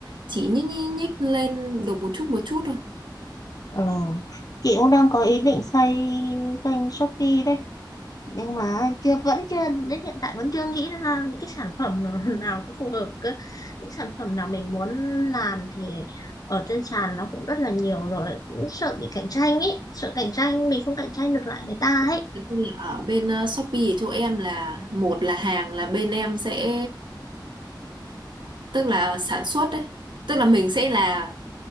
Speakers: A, on the right (about 80°); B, on the left (about 50°).
A: chỉ nhích nhích, nhích lên được một chút một chút thôi
B: ờ. chị cũng đang có ý định xây kênh Shopee đấy nhưng mà chưa vẫn chưa đến hiện tại vẫn chưa nghĩ ra những cái sản phẩm nào, <laughs> nào nó phù hợp cơ những sản phẩm nào mình muốn làm thì ở trên sàn nó cũng rất là nhiều rồi cũng sợ bị cạnh tranh ấy sợ cạnh tranh mình không cạnh tranh được lại người ta ấy
A: Thế nên là ở bên ờ, Shopee ở chỗ em là một là hàng là bên em sẽ tức là sản xuất đấy tức là mình sẽ là